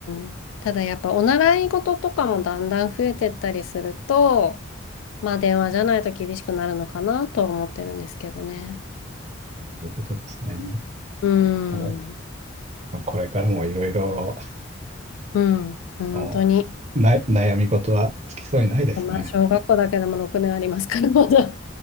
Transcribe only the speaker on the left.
ん。ただやっぱお習い事とかもだんだん増えてったりすると、まあ電話じゃないと厳しくなるのかなとは思ってるんですけどね。
うん。
うん。本当に。
まあ、小学校だけでも6年ありますから、まだ。